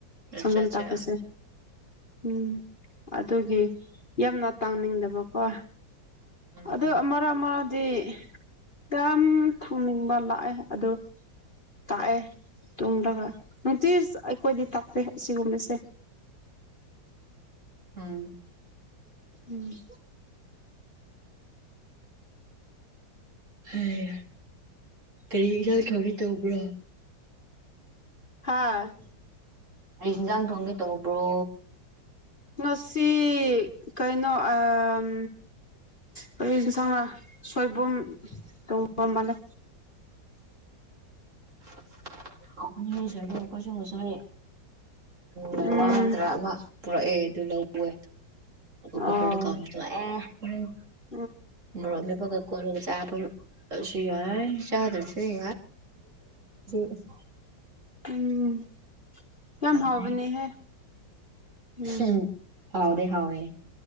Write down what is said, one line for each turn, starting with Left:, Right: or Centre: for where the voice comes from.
Right: ꯑꯠꯆꯥ
Left: ꯁꯪꯒꯣꯝ
Right: ꯑꯠꯆꯥ
Left: ꯊꯛꯄꯁꯦ ꯎꯝ ꯑꯗꯨꯒꯤ ꯌꯥꯝꯅ ꯇꯪꯅꯤꯡꯗꯕꯀꯣ
Right: ꯎꯝ
Left: ꯑꯗꯨ ꯑꯃꯔꯛ ꯃꯔꯛꯗꯤ ꯌꯥꯝ ꯊꯨꯅꯤꯡꯕ ꯂꯥꯛꯑꯦ ꯑꯗꯨ ꯇꯥꯛꯑꯦ ꯇꯨꯡꯗꯒ ꯅꯨꯡꯇꯤꯁ ꯑꯩꯈꯣꯏꯗꯤ ꯇꯛꯇꯦ ꯁꯤꯒꯨꯝꯕꯁꯦ
Right: ꯎꯝ
Left: ꯎꯝ
Right: ꯍꯩ ꯀꯔꯤ ꯍꯤꯟꯖꯥꯡ ꯊꯣꯡꯒꯦ ꯇꯧꯕ꯭ꯔꯣ
Left: ꯍꯥꯥ
Right: ꯀꯔꯤ ꯍꯤꯟꯖꯥꯡ ꯊꯣꯡꯒꯦ ꯇꯧꯕ꯭ꯔꯣ
Left: ꯉꯁꯤ ꯀꯩꯅꯣ ꯑꯝ ꯀꯔꯤ ꯍꯤꯟꯁꯥꯡꯔ ꯁꯣꯏꯕꯨꯝ ꯊꯣꯡꯕ ꯃꯥꯜꯂꯦ <inaudible>
Right: <unintelligible> ꯎꯝ
Left: ꯎꯝ
Right: ꯂꯩꯋꯥ ꯍꯥꯏꯇ꯭ꯔꯥ ꯑꯃꯥ ꯄꯨꯔꯛꯑꯦ ꯑꯗꯨ ꯂꯧ ꯋꯦ ꯀꯨꯀꯔꯗ
Left: ꯑꯣ
Right: ꯀꯥꯝꯊꯣꯛꯑꯦ
Left: <inaudible>
Right: ꯍꯣꯔꯦꯟ ꯃꯣꯔꯣꯛ ꯃꯦꯠꯄꯒ ꯀꯣꯠꯂꯒ ꯆꯥꯕ ꯑꯁꯨ ꯌꯥꯏ ꯆꯥꯗꯔꯁꯨꯨ <unintelligible>
Left: ꯎꯝ ꯌꯥꯝ
Right: ꯇꯥꯗꯦ
Left: ꯍꯥꯎꯕꯅꯦꯍꯦ ꯎꯝ
Right: <unintelligible> ꯍꯥꯎꯗꯤ ꯍꯥꯎꯋꯦ